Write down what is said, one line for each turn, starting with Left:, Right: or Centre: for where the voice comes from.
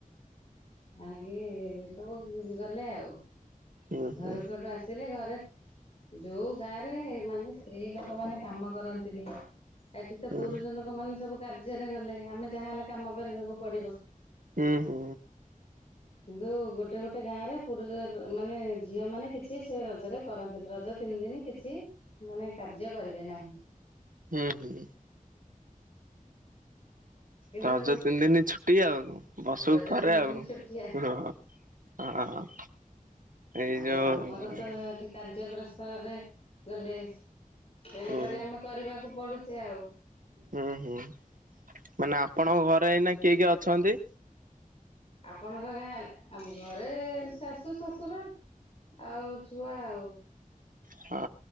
Left: ଆଣିକି ସବୁ ଗଲେ ଆଉ
Right: ହୁଁ ହୁଁ ହୁଁ
Left: ଘରକୁ ହେଠୁ ଆସିଲେ ଘରେ ଯେଉଁ ଗାଁ ରେ ମାନେ ସ୍ତ୍ରୀ ଲୋକମାନେ କାମ କରନ୍ତିନି। ଏଠିତ
Right: ହୁଁ
Left: ପୁରୁଷ ଲୋକ ମାନେ ସବୁ କାର୍ଯ୍ୟରେ ଗଲେ ଆମେ ଯାହା ହେଲେ କାମ କରିବାକୁ ପଡିବ।
Right: ହୁଁ ହୁଁ।
Left: କିନ୍ତୁ ଗୋଟେ ଗୋଟେ ଗାଁରେ ପୁରୁଷ ମାନେ ଝିଅ ମାନେ କିଛି ସେ ରଜରେ କରନ୍ତିନି ରଜ ତିନି ଦିନ କିଛି ମାନେ କାର୍ଯ୍ୟ କରିବେ ନାହିଁ।
Right: ହୁଁ ହୁଁ।
Left: କିନ୍ତୁ
Right: ଟ୍ରାଉଜର୍ ପିନ୍ଧିନି ଛୁଟି ଆଉ। ବର୍ଷକୁ
Left: ରଜ
Right: ଥରେ
Left: ତିନି
Right: ଆଉ
Left: ଦିନ ଛୁଟିଆ
Right: ହଁ ହଁ। ଏଇ
Left: ଆଉ
Right: ଯୋଉ
Left: ଆମର ତ ଏଇଠି କାର୍ଯ୍ୟ ଗ୍ରସ୍ତରେ ଗଲେ ତେଣୁକରି
Right: ହୁଁ
Left: ଆମେ କରିବାକୁ ପଡୁଚି। ଚି ଆଉ
Right: ହୁଁ ହୁଁ ମାନେ ଆପଣଙ୍କ ଘରେ ଏଇନା କିଏ କିଏ ଅଛନ୍ତି?
Left: ଆପଣଙ୍କ ଗାଁ ଆମ୍ ଘରେ ଶାଶୁ ଶଶୁର। ଆଉ ଛୁଆ ଆଉ।
Right: ହଁ